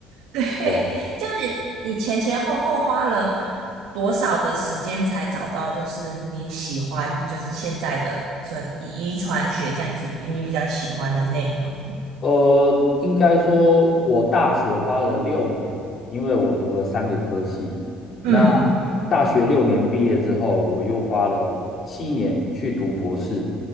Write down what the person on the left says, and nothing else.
对啊，
呃，应该说我大学花了六年，因为我读了三个科系。那
大学六年毕业之后，我又花了七年去读博士，